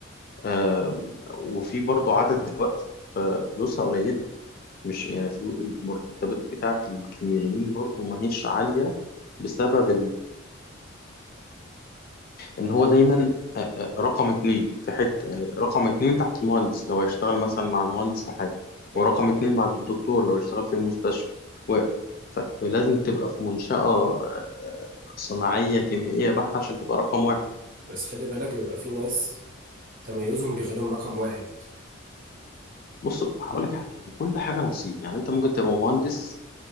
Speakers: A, on the left; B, on the right.
A: آه وفي برضه عدد دلوقتي ففلوسها قليلة مش يعني فلو- المرتبات بتاعت الكيميائيين برضه ما هيش عالية بسبب ان هو دايما آه، آه، رقم اتنين في حته يعني رقم اتنين تحت المهندس لو هيشتغل مثلا مع المهندس في حاجه
B: أيوة
A: ورقم اتنين بعد الدكتور لو هيشتغل في المستشفى و... ف- فلازم تبقى في منشأة آه، صناعية كيميائية بحتة عشان تبقى رقم واحد
B: بس خلي بالك بيبقى في ناس تميزهم بيخليهم رقم واحد
A: بص هقول لك حاجة كل حاجة نصيب يعني انت ممكن تبقى مهندس